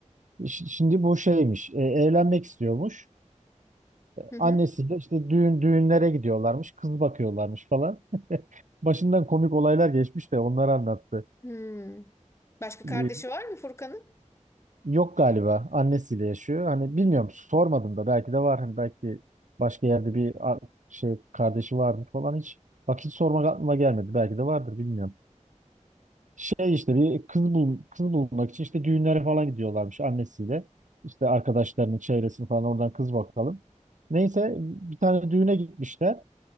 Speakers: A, on the right; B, on the left.
A: Ş- Şimdi bu şeymiş. e, evlenmek istiyormuş.
B: hı,
A: Annesiyle
B: hı,
A: işte düğün düğünlere gidiyorlarmış, kız bakıyorlarmış falan. <laughs> Başından komik olaylar geçmiş de onları anlattı.
B: hı. Başka
A: Ee,
B: kardeşi var mı Furkan'ın?
A: Yok galiba annesiyle yaşıyor. Hani bilmiyorum sormadım da belki de var. Hani belki başka yerde bir a- şey kardeşi var mı falan hiç. Bak hiç sormak aklıma gelmedi. Belki de vardır bilmiyorum. Şey işte bir kız bul kız bulmak için işte düğünlere falan gidiyorlarmış annesiyle. İşte arkadaşlarının çevresini falan oradan kız bakalım. Neyse bir tane düğüne gitmişler.